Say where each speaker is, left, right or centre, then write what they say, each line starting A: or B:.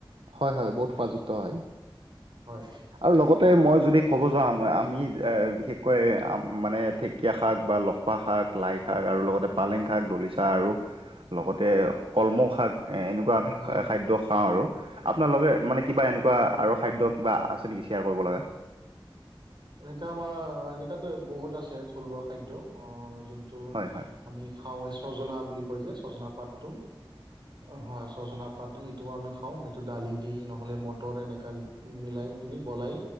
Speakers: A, on the right; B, on the right.
A: হয় হয় বহুত হোৱাযুক্ত হয়।
B: হয়
A: আৰু লগতে মই যদি ক'ব যা ম আমি এ বিশেষ। কয় মানে ঢেকীয়া, শাক বা লহপা, শাক লাই শাক আৰু লগতে পালেং, শাক দলিচা আৰু। লগতে কলম, শাক। এ এনেকুৱা আমি
B: হয়
A: খাদ্য খাওঁ আৰু আপোনাল লগে মানে কিবা এনেকুৱা আৰু খাদ্য। কিবা আছে নেকি শ্বেয়াৰ কৰিব লগা।
B: এনেকা আমাৰ এনেকাতো বহুত আছে থলুৱা খাদ্য অ যোনটো
A: হয় হয়।
B: আমি খাওঁ এই ছজনা বুলি কয় যে। জনা, পাতটো হয় ছজনা পাত। সেইটো আমি খাওঁ সেইটো দালি দি নহ'লে মটৰ এনেকা মিলাই কিনি বলাই।